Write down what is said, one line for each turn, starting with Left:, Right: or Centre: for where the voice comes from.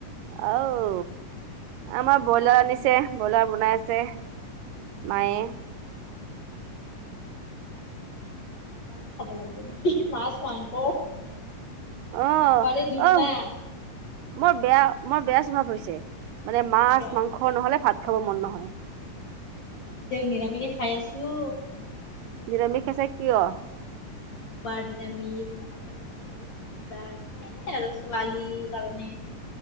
Right: আও, আমাৰ ব্ৰইলাৰ আনিছে। ব্ৰইলাৰ বনাইছে মায়ে।
Left: ভাল, ভালকৈ খাব লাগে। মাছ, মাংস
Right: অহ
Left: মাৰি দিম না।
Right: অ মোৰ বেয়া, মোৰ বেয়া স্বভাৱ হৈছে। মানে মাছ
Left: কিয়
Right: মাংস নহলে ভাত খাব মন নহয়।
Left: নিৰামিষে খাই আছো।
Right: নিৰামিষ আছে কিয়?
Left: বাৰ নিৰামিষ, মঙংগলবাৰে নিৰামিষ, শনিবাৰ এনে আৰু। পোৱালীৰ কাৰণে।